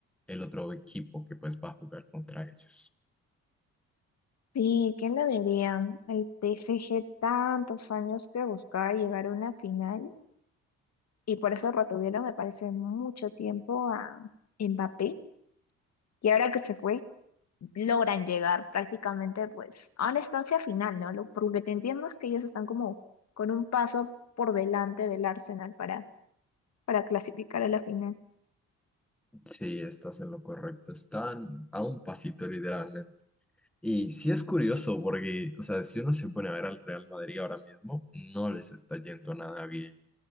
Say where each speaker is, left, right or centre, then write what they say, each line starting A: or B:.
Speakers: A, in the centre; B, on the left.
A: el otro equipo que pues va a jugar contra ellos.
B: Sí, ¿quién lo diría? El P S G tantos años que buscaba llegar a una final y por eso retuvieron, me parece, mucho tiempo a Mbappé. Y ahora que se fue, logran llegar prácticamente pues a una estancia final, ¿no? Lo, por lo que entiendo es que ellos están como con un paso por delante del Arsenal para, para clasificar a la final.
A: Sí, estás en lo correcto. Están a un pasito literalmente Y sí es curioso porque, o sea, si uno se pone a ver al Real Madrid ahora mismo, no les está yendo nada bien.